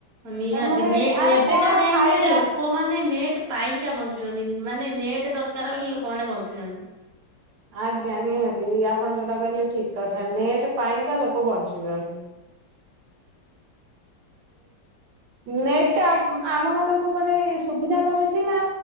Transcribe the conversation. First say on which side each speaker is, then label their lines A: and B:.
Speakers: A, on the right; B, on the right.
A: ନିହାତି
B: ମାନେ
A: ନେ
B: ଆର
A: ଏବେକା
B: କଣ
A: ଟାଇମରେ
B: ଫାଇଦା?
A: ଲୋକମାନୋନ ନେଟ୍ ପାଇଁ ବଞ୍ଚୁଛନ୍ତି ମାନେ ନେଟ୍ ଦରକାର ବୋଲି ଲୋକମାନେ ବଞ୍ଚୁଛନ୍ତି।
B: ଆଜ୍ଞା ନିହାତି ଇପଣ ଯେଉଟା କହିଲ ଠିକ କଥା ନେଟ ପାଇଁ ତ ଲୋକ ବଞ୍ଚୁଛନ୍ତି। ନେଟ ଟା ଆମ ମାନ ଙ୍କୁ ମାନେ ସୁବିଧା କରିଛି ନା